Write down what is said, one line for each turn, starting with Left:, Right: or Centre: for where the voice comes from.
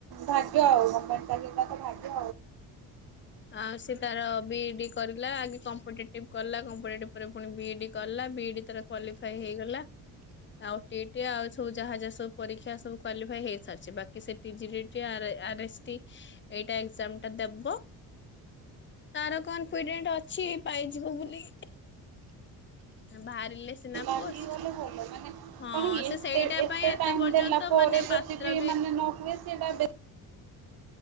Right: ଭାଗ୍ୟ ଆଉ ଗମେଣ୍ଟ ଚାକିରି କରିତେ
Left: ଆଉ ସି ତାର ବିଡି କରିଲା ଆଗ କମ୍ପିଟେଟିବ କଲା, କମ୍ପିେଟେଟିଭ ପରେ ପୁଣି ବିଏଡି କଲା, ବିଏଇଡି ତାର କ୍ୱଲିଫାଏ ହେଇଗଲା। ଆଉ, ଆଉ ସବୁ ଯାହା ଯାହା ସବୁ ପରୀକ୍ଷା ସବୁ କ୍ୟୁଲିଫାଏ ହେଇସାରିଛି, ବାକି ସେ ଟି ଆ ଏସ୍ଟି ଏଇଟା ଏକଜାମ ଟା ଦବ। ତାର କନଫିଡେଣ୍ଟ ଅଛି, ପାଇଯିବ ବୋଲି। ବାହାରିଲେ ସିନା।
Right: କି
Left: ପୋଷ୍ଟ।
Right: ଗଲେ ହଲ ମାନେ <unintelligible>
Left: ହଁ
Right: କଣ କି?
Left: ସେ
Right: ଏତେ
Left: ସେଇଟା
Right: ଏତେ
Left: ପାଇଁ
Right: ଟାଇମ
Left: ପର୍ଯ୍ୟନ୍ତ
Right: ଦେଲା ପରେ
Left: ମାନେ
Right: ଯଦି
Left: ପାତ୍ର
Right: ବି ମାନେ ନ ହୁଏ ସେଟା